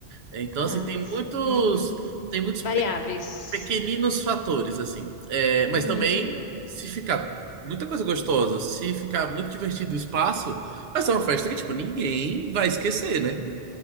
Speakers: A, on the right; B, on the left.
A: É, Então, assim,
B: Ah,
A: tem
B: sim.
A: muitos,
B: Uhum.
A: tem muitos
B: Variáveis.
A: pequeninos fatores, assim. É, mas
B: Uhum.
A: também, se ficar muita coisa gostosa, se ficar muito divertido o espaço, vai ser uma festa que, tipo, ninguém vai esquecer, né?